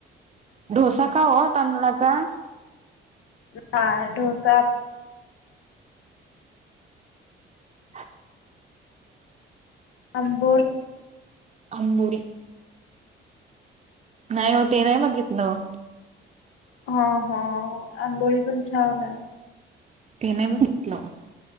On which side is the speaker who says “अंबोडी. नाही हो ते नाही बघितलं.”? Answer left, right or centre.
Right